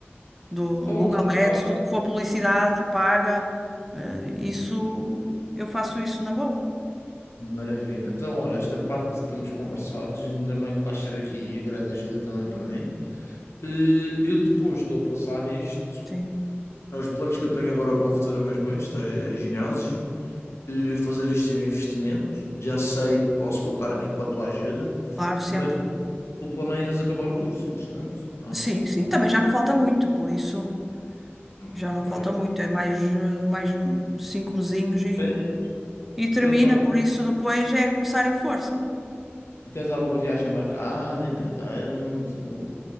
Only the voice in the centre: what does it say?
do
Google
Ads,
tudo que for publicidade paga, eh, isso eu faço isso na boa.
Sim,
claro, sempre.
Sim, sim, também já não falta muito, por isso
já não
falta muito, é mais eh, mais cinco mesinhos e,
e termina,
por isso depois é começar em força.